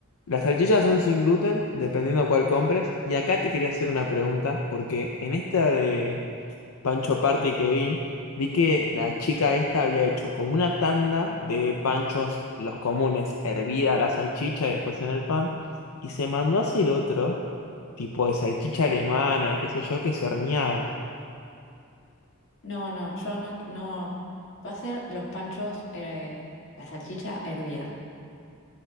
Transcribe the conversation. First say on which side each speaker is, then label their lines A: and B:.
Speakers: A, on the left; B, on the left.
A: Las salchichas son sin gluten, dependiendo cuál compres. Y acá te quería hacer una pregunta, porque en esta de Pancho Party que vi, vi que la chica esta había hecho como una tanda de panchos, los comunes, hervida la salchicha y después en el pan, y se mandó a hacer otro, tipo de salchicha alemana y qué sé yo, que se horneaba.
B: No, no, yo no, no. Va a ser los panchos, eh, la salchicha hervida.